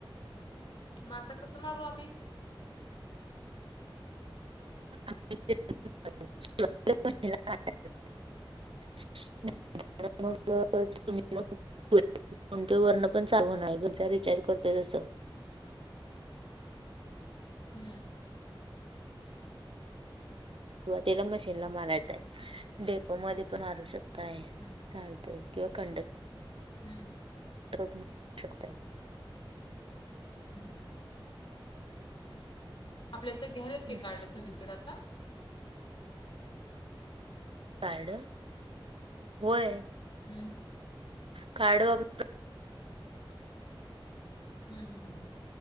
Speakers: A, on the left (about 65°); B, on the right (about 80°).
A: मग आता कसं मारू आम्ही?
B: <unintelligible> <unintelligible> मग तुम्ही मग फोन पेवरन पण चालू होणार आहे, तुमचा रिचार्ज करतोय तसं.
A: हम्म.
B: सुरुवातीला मशीनला मारायच आहे, डेपो मध्ये पण मारू शकताय.
A: हम्म
B: चालतो किंवा कंडक्ट
A: हम्म.
B: <unintelligible> शकतायत.
A: हम्म हम्म हम्म. आपल्या इथं घ्यायला येतेय
B: असं
A: कार्ड
B: आहे.
A: सगळीकडें आता?
B: कार्ड, होय.
A: हम्म.
B: कार्ड वापर
A: हम्म हम्म हम्म.